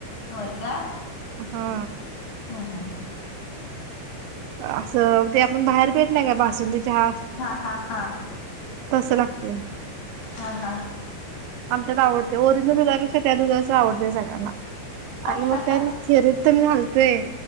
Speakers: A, on the left (about 50°); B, on the right (about 80°).
A: होय का?
B: हा.
A: हम्म हम्.
B: असं ते आपण बाहेर पेत नाही का बासुंदी चहा
A: हा, हा, हा,
B: तसं लागते
A: हा, हा.
B: आमच्यात आवडते ओरिजिनल दुधापेक्षा त्या दुधाच आवडतय सगळ्यांना आणि मग
A: हा
B: काय
A: हा
B: -- खिरीत तेन घालतोय.